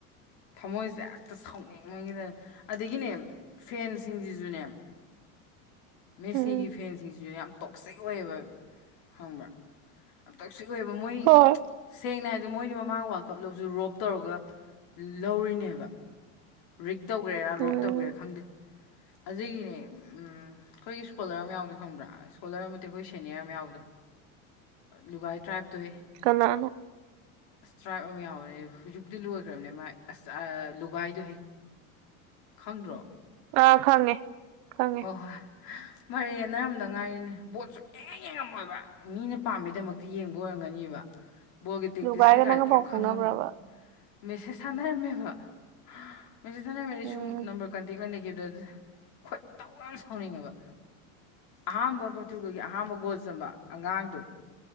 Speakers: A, on the left (about 55°); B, on the right (about 60°).
A: ꯊꯝꯃꯣꯏꯁꯦ ꯍꯦꯛꯇ ꯁꯥꯎꯅꯤꯡꯕꯒꯤꯗ ꯑꯗꯒꯤꯅꯦ ꯐꯦꯟꯁꯤꯡꯁꯤꯁꯨꯅꯦ ꯃꯦꯁꯤꯒꯤ
B: ꯎꯝ
A: ꯐꯦꯟꯁꯤꯡꯁꯤꯁꯨ ꯌꯥꯝ ꯇꯣꯛꯆꯩ ꯑꯣꯏꯌꯦꯕ ꯐꯪꯕ ꯌꯥꯝ ꯇꯛꯁꯨ ꯑꯣꯏꯏꯑꯕ ꯃꯣꯏ
B: ꯍꯣꯏ
A: ꯁꯦꯡꯅ ꯍꯥꯏꯗ ꯃꯣꯏꯗꯤ ꯃꯃꯥꯡ ꯋꯥꯔꯜ ꯀꯞ ꯂꯧꯁꯨ ꯔꯣꯞ ꯇꯧꯔꯒ ꯂꯧꯔꯤꯅꯦꯕ ꯔꯤꯛ ꯇꯧꯒ꯭ꯔꯦꯔꯥ ꯔꯣꯞ
B: ꯎꯝ
A: ꯇꯧꯒꯦꯥ ꯈꯪꯗꯦ ꯑꯗꯨꯒꯤꯅꯦ ꯑꯩꯈꯣꯏꯒꯤ ꯏꯁꯀꯣꯂꯔ ꯃꯎꯗꯣ ꯈꯪꯕ꯭ꯔꯥ ꯏꯁꯀꯣꯂꯔ ꯅꯦ ꯑꯩꯈꯣꯏ ꯁꯦꯅꯤꯌꯔ ꯌꯥꯎꯕꯗꯣ ꯂꯨꯒꯥꯏ ꯇ꯭ꯔꯥꯏꯞꯇꯨꯍꯦ
B: ꯀꯅꯥꯅꯣ
A: ꯑꯁꯇ꯭ꯔꯥꯏꯞ ꯑꯃ ꯌꯥꯎꯕꯅꯦ ꯍꯧꯖꯤꯛꯄꯨꯗꯤ ꯂꯣꯏꯈ꯭ꯔꯕꯅꯦ ꯃꯥ ꯑꯁ ꯂꯨꯒꯥꯏꯗꯨꯣꯏꯍꯦ ꯈꯪꯗ꯭ꯔꯣ
B: ꯑ ꯈꯪꯉꯦ ꯈꯪꯉꯦ
A: ꯍꯣꯏ ꯍꯣꯏ ꯃꯔꯦ ꯅꯔꯝꯗ ꯉꯥꯏꯔꯤꯅꯦ ꯕꯣꯠꯁꯨ ꯀꯈꯤ ꯌꯦꯡꯉꯝꯃꯣꯏꯕ ꯃꯤꯅ ꯄꯥꯝꯕꯩꯗꯃꯛꯇꯤ ꯌꯦꯡꯕ ꯑꯣꯏꯔꯝꯒꯅꯤꯕ ꯕꯣꯜꯒꯤ ꯇꯦꯛꯇꯤꯁ
B: ꯂꯨꯒꯥꯏꯒ
A: ꯀꯩꯀꯥꯁꯦ
B: ꯅꯪꯒ
A: ꯀꯩꯝ
B: ꯄꯥꯎ
A: ꯈꯪꯉꯝꯃꯣꯏ
B: ꯐꯥꯎꯅꯕ꯭ꯔꯕ
A: ꯃꯦꯁꯦꯁ ꯁꯥꯟꯅꯔꯝꯃꯦꯕ ꯃꯁꯤ ꯊꯥꯅꯔꯃꯤꯅꯦ ꯑꯩ
B: ꯎꯝ
A: ꯁꯨꯝ ꯅꯝꯕꯔ ꯀꯟꯇꯦꯛ ꯑꯣꯏꯅꯈꯤꯕ ꯑꯗꯨ ꯈꯣꯏꯗꯧ ꯌꯥꯝ ꯁꯥꯎꯅꯤꯡꯉꯦꯕ ꯑꯍꯥꯝꯕ ꯄꯣꯔꯇꯨꯒꯜꯒꯤ ꯑꯍꯝꯕ ꯒꯣꯜ ꯆꯝꯕ ꯑꯉꯥꯡꯗꯣ